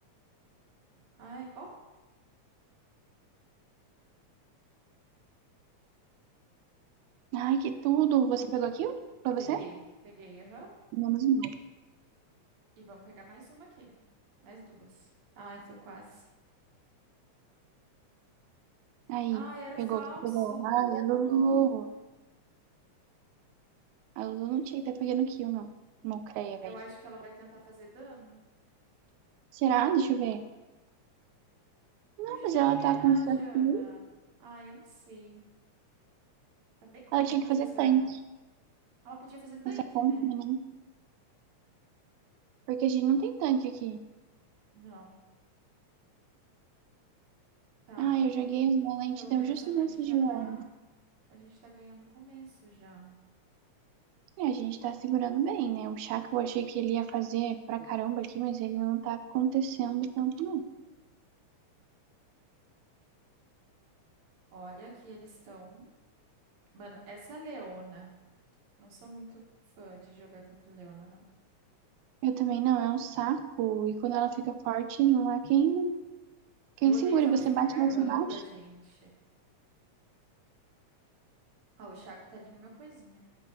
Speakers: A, on the right; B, on the right.
A: Ai, ó,
B: Ai, que tudo! Você pegou aquilo? Foi
A: peguei,
B: você?
A: peguei, aham.
B: Menos o meu.
A: E vamos pegar mais uma aqui. Mais duas. Ai, foi quase.
B: Aí,
A: Ai, era
B: pegou
A: o falso.
B: aqui, pegou. Ai, a Lulu. A Lulu não tinha que estar pegando aquilo, não. Mocreia, velho.
A: Eu acho que ela vai tentar fazer dano.
B: Será? Deixa eu ver. Não,
A: Porque
B: mas
A: já
B: ela
A: tem
B: tá
A: a,
B: com isso
A: a Jana.
B: aqui.
A: Ai, eu não sei. Tá bem confusa
B: Ela tinha que fazer
A: essa.
B: tanque.
A: Ela podia fazer tanque,
B: Essa conta,
A: né?
B: né? Porque a gente não tem tanque aqui.
A: Não. Tá.
B: Ah, eu joguei um valente,
A: Pelo
B: deu
A: menos
B: justo
A: a gente
B: nessa
A: já
B: Joana.
A: tá. A gente tá ganhando o começo já.
B: E a gente tá segurando bem, né? O chá que eu achei que ele ia fazer pra caramba aqui, mas ele não tá acontecendo tanto, não.
A: Olha que eles estão. Mano, essa Leona. Não sou muito fã de jogar contra a Leona, não.
B: Eu também não, é um saco. E quando ela fica forte, não há quem, quem
A: Eu
B: segure.
A: odeio que ela
B: Você
A: fica
B: bate,
A: agarrando
B: bate, bate.
A: a gente. Ah, o Chaco tá ali no meu coisinha.